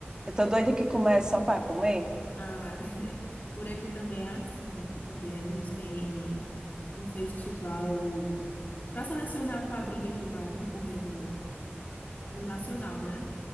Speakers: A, on the right; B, on the left.
A: Eu tô doida que comece só para comer.
B: Ah, <laughs> por aqui também é assim. Aqui também a gente tem um festival para selecionar a quadrilha que vai concorrer no, no Nacional, né?